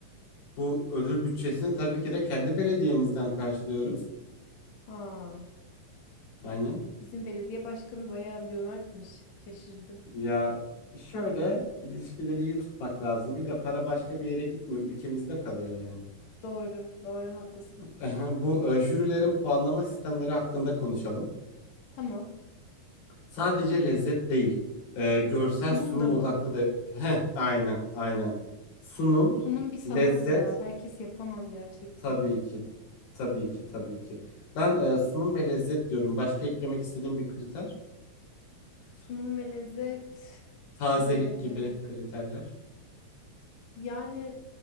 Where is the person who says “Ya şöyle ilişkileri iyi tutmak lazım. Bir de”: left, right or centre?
Left